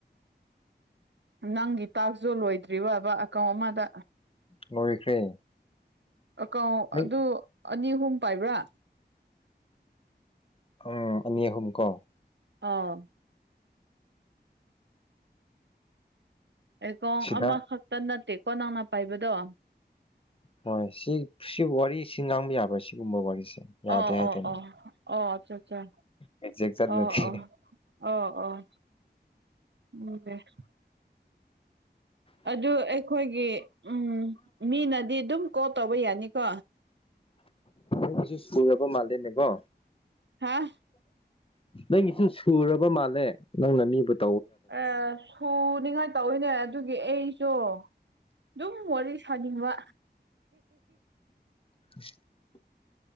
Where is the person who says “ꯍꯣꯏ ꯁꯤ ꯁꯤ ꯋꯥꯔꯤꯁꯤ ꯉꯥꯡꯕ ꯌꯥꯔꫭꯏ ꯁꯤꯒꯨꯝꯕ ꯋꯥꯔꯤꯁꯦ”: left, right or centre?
Left